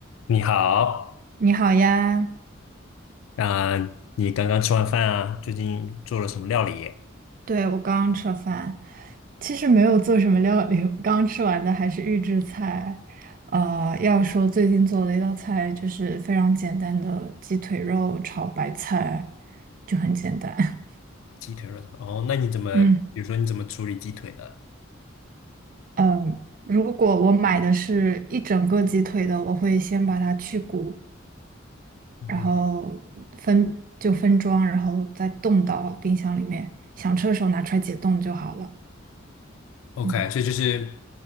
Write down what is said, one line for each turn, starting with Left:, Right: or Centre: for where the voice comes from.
Left: 你好，
Right: 你好呀，
Left: 啊、你刚刚吃完饭啊？最近做了什么料理？
Right: 对，我刚刚吃了饭，其实没有做什么料理，我刚吃完的还是预制菜。呃，要说最近做的一道菜就是非常简单的鸡腿肉炒白菜，就很简单。
Left: 鸡腿肉哦，那你怎么，
Right: <laughs> 嗯
Left: 比如说你怎么处理鸡腿的？
Right: 嗯，如果我买的是一整个鸡腿的，我会先把它去骨，
Left: 嗯哼
Right: 然后分就分装，然后再冻到冰箱里面，想吃的时候拿出来解冻就好了。
Left: ，OK，
Right: 嗯。
Left: 所以就是